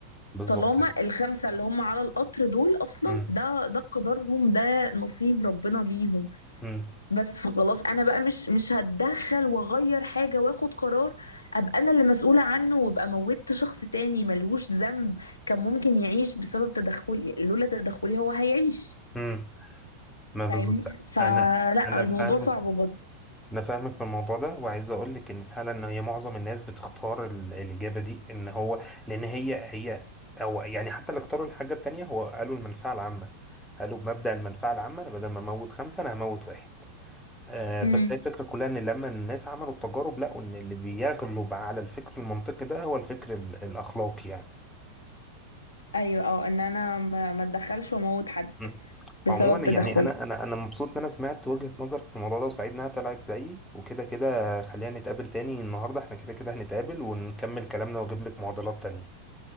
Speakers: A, in the centre; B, on the left.
A: بالظبط
B: طالما الخمسه اللي هم على القطر دول اصلا
A: امم
B: ده ده قدرهم ده نصيب ربنا ليهم
A: امم
B: بس فخلاص انا بقى مش مش هتدخل واغير حاجه واخد قرار ابقى انا اللي مسؤوله عنه وابقى موتت شخص تاني ملهوش ذنب كان ممكن يعيش بسبب تدخلي لولا تدخلي هو هيعيش
A: امم ما بالظبط
B: فاهمني فلا
A: انا انا
B: الموضوع
A: فاهمك
B: صعب برضه
A: انا فاهمك في الموضوع ده وعايز اقول لك ان فعلا ان هي معظم الناس بتختار ال- الاجابه دي ان هو لان هي هي او يعني حتى اللي اختاروا الحاجه التانيه هو قالوا المنفعه العامه قالوا بمبدا المنفعه العامه انا بدل ما اموت خمسه انا هموت واحد آه
B: امم
A: بس هي الفكره كلها ان لما الناس عملوا التجارب لقوا ان اللي بيغلب على الفكر المنطقي ده هو الفكر ال- الاخلاقي يعني
B: ايوه اه ان انا ما ما اتدخلش واموت حد
A: مم.
B: بسبب
A: عموما
B: تدخلي
A: يعني انا انا انا مبسوط ان انا سمعت وجهة نظرك في الموضوع ده وسعيد انها طلعت زيي وكده كده خلينا نتقابل تاني النهارده احنا كده كده هنتقابل ونكمل كلامنا واجيب لك معضلات تانية